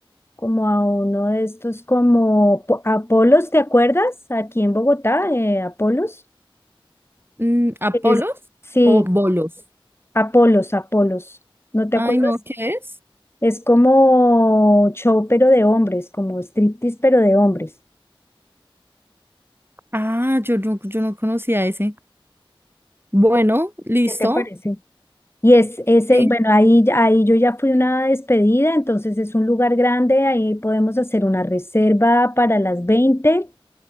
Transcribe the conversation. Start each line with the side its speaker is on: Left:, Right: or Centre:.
Left: como a uno de estos como po- Apolos, ¿te acuerdas? Aquí en Bogotá, eh, Apolos.
Right: Mm, ¿Apolos
Left: Es- Sí,
Right: o bolos?
Left: Apolos, Apolos, ¿no te
Right: Ay,
Left: acuerdas?
Right: no, ¿qué es?
Left: Es como show pero de hombres, como striptease pero de hombres.
Right: Ah, yo no, yo no conocía ese. Bueno, listo.
Left: ¿Qué te parece? Y es ese,
Right: Sí.
Left: bueno, ahí, ya- ahí yo ya fui a una despedida, entonces es un lugar grande, ahí podemos hacer una reserva para las 20,